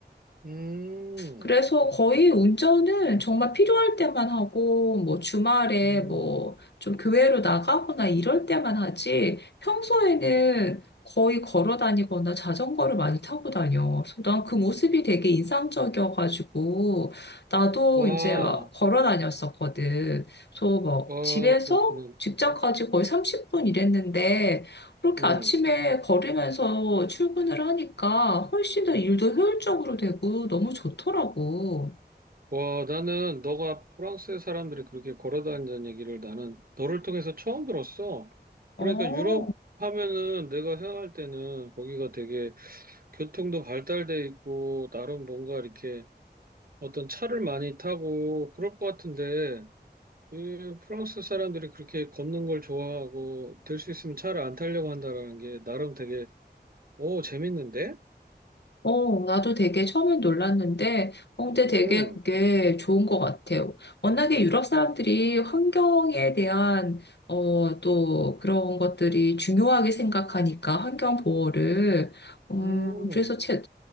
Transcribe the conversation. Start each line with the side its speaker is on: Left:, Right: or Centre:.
Right: 음.
Left: 그래서 거의 운전은 정말 필요할 때만 하고, 뭐 주말에
Right: 음.
Left: 뭐 좀 교회로 나가거나 이럴 때만 하지, 평소에는 거의 걸어 다니거나 자전거를 많이 타고 다녀. 그래서 난 그 모습이 되게 인상적이어가지고, 나도
Right: 와,
Left: 이제 막 걸어 다녔었거든. 그래서 막
Right: 와,
Left: 집에서
Right: 그렇구나.
Left: 직장까지 거의 30분 일했는데, 그렇게
Right: 음.
Left: 아침에 걸으면서 출근을 하니까 훨씬 더 일도 효율적으로 되고 너무 좋더라고.
Right: 와, 나는 너가 프랑스의 사람들이 그렇게 걸어 다닌다는 얘기를 나는 너를 통해서 처음 들었어.
Left: 어,
Right: 그러니까 유럽 하면은 내가 생각할 때는 거기가 되게 교통도 발달돼 있고 나름 뭔가 이렇게 어떤 차를 많이 타고 그럴 것 같은데 이 프랑스 사람들이 그렇게 걷는 걸 좋아하고 될 수 있으면 차를 안 타려고 한다라는 게 나름 되게 오 재밌는데?
Left: 어, 나도 되게 처음엔 놀랐는데, 어, 근데 되게
Right: 응.
Left: 그게 좋은 것 같아요. 워낙에 유럽 사람들이 환경에 대한, 어, 또 그런 것들이 중요하게 생각하니까, 환경 보호를. 음,
Right: 음.
Left: 그래서 제,